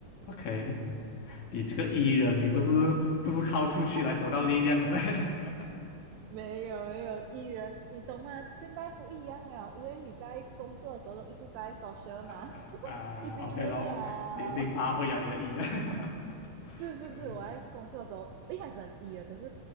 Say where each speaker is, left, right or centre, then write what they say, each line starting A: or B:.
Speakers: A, on the left; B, on the right.
A: ，OK，你这个 E 人，你不是
B: 有啊，
A: 不是靠出去来得到力量的咩？
B: <laughs>
A: <laughs>
B: 没有没有艺人，你懂吗？现在不一样了，因为你在工作的时候都一直在 social
A: 啊
B: 嘛，
A: 啊，OK
B: 已经累了。
A: 咯，你已经发挥了你的 E 啊，<laughs>
B: <laughs> 是是是，
A: 可以
B: 我在工作的时候一开始很 E 了可是